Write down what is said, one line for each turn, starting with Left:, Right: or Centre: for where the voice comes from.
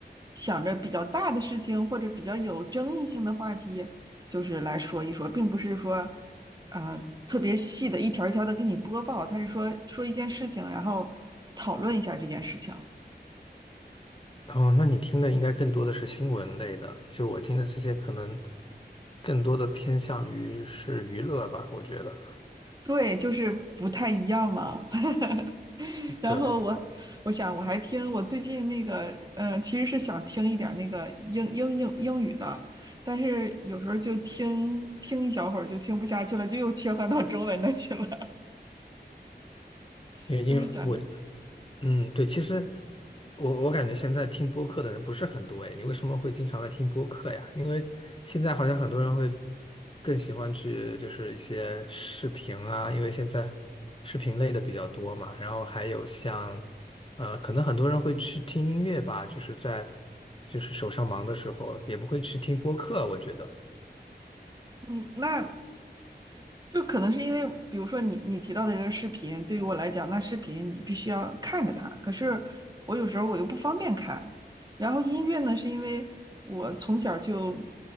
Right: 想着比较大的事情或者比较有争议性的话题，就是来说一说，并不是说，呃，特别细的一条一条的给你播报，他是说说一件事情，然后讨论一下这件事情。
Left: 哦，那你听的应该更多的是新闻类的，就我听的这些可能更多的偏向于是娱乐吧，我觉得。
Right: 对，就是不太一样嘛。<laughs> 然后我我想我还听我最近那个呃，
Left: 对，
Right: 其实是想听一点儿那个英英英英语的，但是有时候就听听一小会儿就听不下去了，就又切换到中文的去了，<laughs>
Left: 因为因为我
Right: 就是想着
Left: 嗯，对，其实我我感觉现在听播客的人不是很多诶，你为什么会经常在听播客呀？因为现在好像很多人会更喜欢去就是一些视频啊，因为现在视频类的比较多嘛，然后还有像呃，可能很多人会去听音乐吧，就是在就是手上忙的时候也不会去听播客，我觉得。
Right: 嗯，那就可能是因为，比如说你你提到的这个视频，对于我来讲，那视频你必须要看着它，可是我有时候我又不方便看。然后音乐呢，是因为我从小就